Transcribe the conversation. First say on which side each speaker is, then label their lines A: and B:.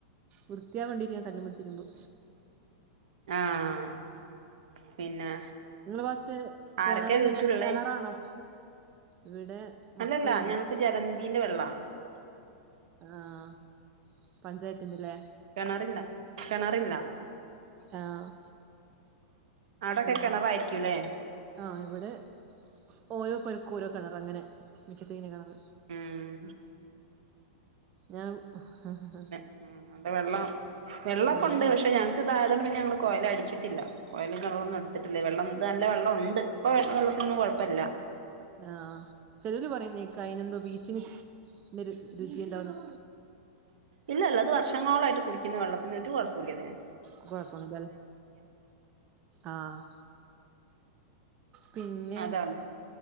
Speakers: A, on the right (about 30°); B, on the right (about 75°).
A: വൃത്തിയാവണ്ടി ഞാൻ കല്ലുമ്മ തിരുമ്പും
B: ആഹ് പിന്നെ
A: നിങ്ങള് വാ
B: ആരൊക്കെയാ
A: കിണറെങ്ങനെ
B: വീട്ടിലുള്ളേ
A: കിണറാണോ ഇവിടെ മക്കളുണ്ട്
B: അല്ലല്ല ഞങ്ങക്ക് ജലനിധിന്റെ വെള്ളാ
A: ആഹ്, പഞ്ചായത്തിന്റെലെ?
B: കിണറില്ല, കിണറില്ല
A: ആഹ്
B: അവിടൊക്കെ
A: പിന്നെ
B: കിണറായിരിക്കുലെ
A: ആഹ് ഇവിടെ ഓരോ പെരക്കും ഓരോ കിണർ, അങ്ങനെ മിറ്റത്തിങ്ങനെ കിണർ
B: ഉം
A: ഞാൻ അഹ് അഹ്
B: <unintelligible> വെള്ളം വെള്ളൊ
A: വെള്ളണ്ട്
B: ക്കെ ഉണ്ട്, പക്ഷെ ഞങ്ങക്ക് ഇതായതുകൊണ്ട് പിന്നെ ഞങ്ങൾ കൊയല അടിച്ചിട്ടില്ല കൊഴൽ കിണറൊന്നും എടുത്തിട്ടില്ലേ, വെള്ളം ഇപ്പൊ നല്ല വെള്ളം ഉണ്ട്, ഇപ്പോ വള്ള വെള്ളത്തിനൊന്നും കുഴപ്പല്ല
A: ആഹ്, ചെലര് പറയുന്ന കേൾകക അയിന എന്തോ ബീച്ചിങ്ന്റെ രുചി ഉണ്ടാവുന്നു
B: ഇല്ല, അല്ല അത് വർഷങ്ങളോളയിട്ട് കുടിക്കുന്ന വെള്ളത്തിനൊരു കുഴപ്പു ല്ലതിന്
A: കുഴപ്പന്നുല്ലല്ലോ ആഹ് പിന്നെ
B: അതാണ്